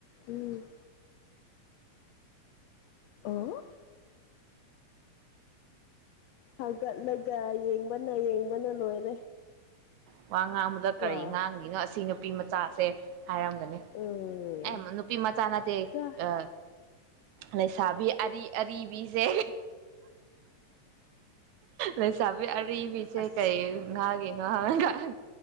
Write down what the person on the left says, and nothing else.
ꯎꯝ ꯑꯣ ꯍꯧꯒꯠꯂꯒ ꯌꯦꯡꯕꯅ ꯌꯦꯡꯕꯅ ꯂꯣꯏꯔꯦ
ꯀꯣ
ꯎꯝ
ꯀ
ꯑꯁ